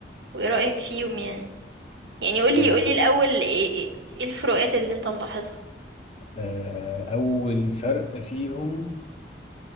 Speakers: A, on the right; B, on the left.
A: وايه رأيك فيهم يعني يعني قولي
B: آه،
A: قولي الاول ايه ايه إيه الفروقات اللي انت ملاحظها
B: آه، اول فرق فيهم